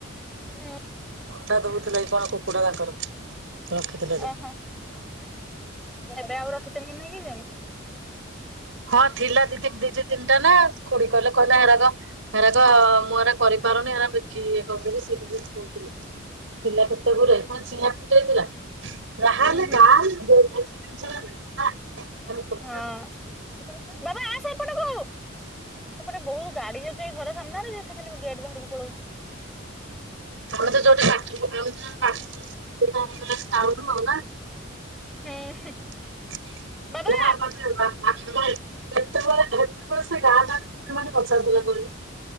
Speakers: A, in the centre; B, on the right.
A: ହୁଁ।
B: ଅଣ୍ଡା ଦଉଥିଲା କି କଣ କୁକୁଡ଼ା ତାଙ୍କର? ରଖିଥିଲେ ଯେ
A: ଓହୋ ଏବେ ଆଉ ର ଖିଛନ୍ତି କି ନାଇ କେଜାଣି?
B: ହଁ ଥିଲା ଦିଦି ଦିଦି ତିନିଟା ନା ଖୁଡି କହିଲେ କହିଲା ହେରାକ ହେରାକ ମୁଁ ଏରା କରିପାରୁନି ଆ ବିକିକରି ଦେବି ସେ କରିଦେବି କହୁଥିଲେ ଥିଲା ତ <unintelligible>
A: ହୁଁ ହୁଁ। ହଁ ବାବା ଆସେ ଏପଟକୁ ସେପଟେ ବହୁ ଗାଡି ଯାଉଛି ଏଇ ଘର ସାମ୍ନାରେ ଯେ ସେ ଖାଲି ଗେଟ ବାହାରକୁ ପଳଉଛି।
B: ଆମେ ତ ଯୋଉଠି ପାଠ ପଢୁ ଆମେ <unintelligible> ଟାଉନ
A: ହୁଁ।
B: <inaudible>
A: ବାବା
B: କେତେବେଳେ <inaudible> କେତେବେଳେ ସେ ଗାଁ ଗାଁ <inaudible> ମାନେ ପଚାରୁଥିଲା କହନି